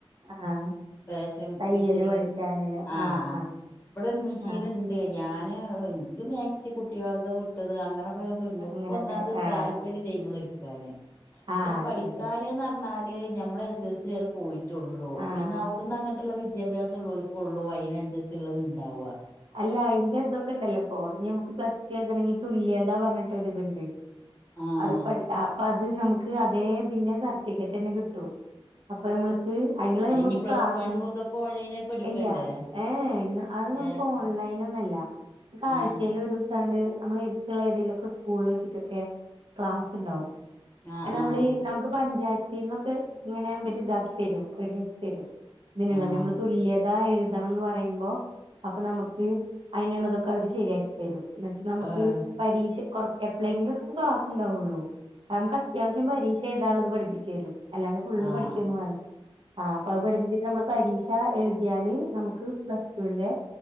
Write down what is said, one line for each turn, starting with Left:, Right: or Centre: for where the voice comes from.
Right: ആഹ്
Left: ഫാഷൻ
Right: തയ്യല്
Left: ഡിസൈൻ
Right: പഠിക്കാനല്ലേ
Left: ആ
Right: ആഹ് ആഹ്
Left: ഇവിടെ മെഷീൻ
Right: ആഹ്
Left: ഇണ്ട് ഏ ഞാന് ഇൻ ക്ക് മാക്സി കുട്ടികളത് വിട്ടത് അങ്ങനെ തുന്നുപ്പന്നാത്
Right: അങ്ങനൊക്കെ ആഹ്
Left: താല്പര്യംല്ല ആയിമ്മൽ ഇരിക്കാൻ
Right: ആഹ്
Left: പിന്നെ പഠിക്കാന്
Right: ശരി
Left: ന്നറിഞ്ഞാല് ഏ ഞമ്മള് എസ് എൽ സി വരെ പോയിറ്റുള്ളൂ
Right: ആഹ്
Left: പിന്നെ അവുടുന്ന് അങ്ങട്ടുള്ള വിദ്യാഭ്യാസലോർക്കുള്ളു അയിനാൻസരിച്ച ള്ളത് ഇണ്ടാവ
Right: അല്ല അയിന്റെ ഇതൊക്കെ ഇണ്ടല്ലോ ഇപ്പോ ഞമ്മക്ക് പ്ലസ് ടു എയ്താണെങ്കി തുല്യതാ പറഞ്ഞിട്ട് ഒര്തണ്ട്
Left: ആഹ്
Right: അത് പഠി <unintelligible> അപ്പ അത് നമുക്ക് അതേ ഇതിന്റെ സർട്ടിഫിക്കറ്റ് തന്നെ കിട്ടും അപ്പൊ നമ്മള് ക്ക് അയ്നങ്ങളെ നമ്മ
Left: ഇനി പ്ലസ്
Right: ക്ലാസിലും
Left: വണ്ണും ഇതൊക്കെ ഓൺലൈനായി പഠിക്കണ്ടേ
Right: ഇല്ല ഏഹഹ് അത് നമുക്ക്.
Left: ഏഹ്
Right: ഓൺലൈനൊനല്ല. നമുക്കാഴ്ചയിൽ
Left: ആഹ്
Right: ഒരു സ ണ്ട്. നമ്മൾ എരുത്തുള്ള ഏതെങ്കലുക്കെ സ്കൂളില് വെച്ചിട്ടൊക്കെ ക്ലാസ് ഉണ്ടാവും.
Left: ആഹ്
Right: അയിന്നമ്മളി ഈ നമുക്ക് പഞ്ചായത്തിൽന്നൊക്കെ ഇങ്ങനെ വര് ഇതാക്കി തരും. റെഡിയാക്കിതരും. ഇതിനുള്ള
Left: ആഹ്
Right: നമ്മള് തുല്യത എഴുതണം എന്ന് പറയുമ്പോ. അപ്പൊ നമുക്ക് അയിനുള്ളതൊക്കെ അവര് ശരിയാക്കി തരും. ഇന്നിട്ട് നമുക്ക്,
Left: ആഹ്
Right: പരീക്ഷ കൊറച്ച് എപ്പളെങ്കിലുംക്കെ ക്ലാസ് ഉണ്ടാവുള്ളൂ. അ നമുക്ക് അത്യാവശ്യം പരീക്ഷ. <unintelligible> ത് പഠപ്പിച്ചു തരും. അല്ലാണ്ട് ഫുള്ള്
Left: ആഹ്
Right: പഠിക്കൊന്നും വേണ്ട. അ പ്പ അത് പഠിപ്പിച്ചിട്ട് നമ്മള്, പരീക്ഷ എഴുതിയാല് നമുക്ക് പ്ലസ് ടുന്റെ,